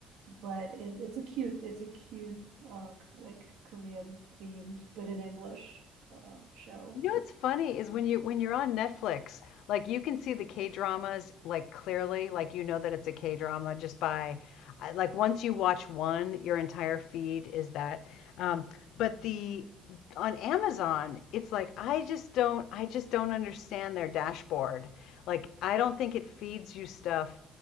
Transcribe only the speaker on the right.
but it, it's a cute it's a cute uh like Korean themed but in English uh, show.